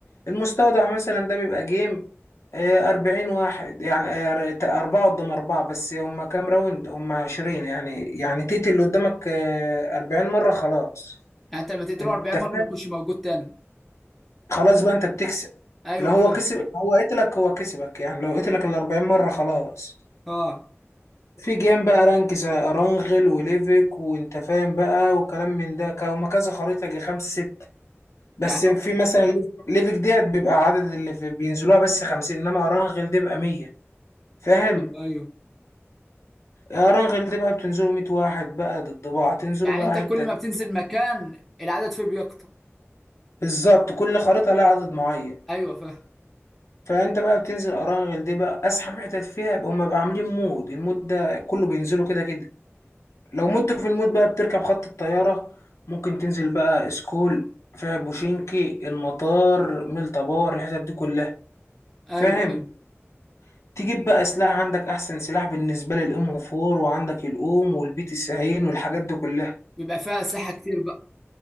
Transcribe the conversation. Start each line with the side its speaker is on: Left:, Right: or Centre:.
Left: المستودع مثلا ده بيبقى جيم آه، أربعين واحد يعني آه، أربعة قدام أربعة بس هما كام راوند هما عشرين يعني يعني تيتي اللي قدامك آه، أربعين مرة خلاص
Centre: يعني انت لما تقتله
Left: انت
Centre: 40 مره
Left: فاهم
Centre: ما يكونش موجود تاني
Left: خلاص بقى انت بتكسب
Centre: ايوه
Left: لو هو
Centre: فاهم
Left: كسب هو قتلك هو كسبك يعني لو قتلك ال 40 مرة خلاص
Centre: اه
Left: في جيم بقى رانك زي ارانغل وليفك وانت فاهم بقى وكلام من ده ك- هما كذا خريطة جي خمسة ستة بس
Centre: يعني
Left: في
Centre: هو-
Left: مثلا ليف- ليفك ديت بيبقى عدد اللي في بينزلوها بس خمسين انما ارانغل دي بقى مية فاهم
Centre: ايوه ايوه
Left: ارانغل دي بقى بتنزلوا مية واحد بقى ضد بعض تنزلوا
Centre: يعني
Left: بقى
Centre: انت كل
Left: حتة
Centre: ما بتنزل مكان العدد فيه بيكتر
Left: بالظبط كل خريطة لها عدد معين
Centre: ايوه فاهم
Left: فانت بقى بتنزل اراغل دي بقى ازحم حتت فيها يبقى هما بقى عاملين مود المود ده كله بينزلوا كده كده لو مت في المود بقى بتركب خط الطياره ممكن تنزل بقى اسكول فيها بوشينكي المطار ميلتا باور الحتت دي كلها
Centre: ايوه
Left: فاهم
Centre: ايوه
Left: تجيب بقى سلاح عندك احسن سلاح بالنسبه للام 4 وعندك الاوم والبي تي 90 والحاجات دي كلها
Centre: بيبقى فيها اسلحه كتير بقى